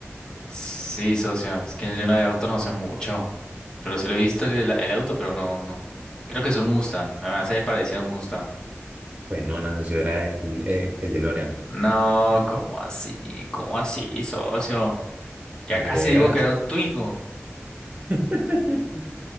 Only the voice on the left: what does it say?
Sí, socio, es que yo no de autos no sé mucho. Pero sí lo he visto el, el auto, pero no, no. Creo que es un Mustang. Me hace parecido a un Mustang.
No, ¿cómo así? ¿Cómo así, socio? Ya
casi digo que era un Twingo.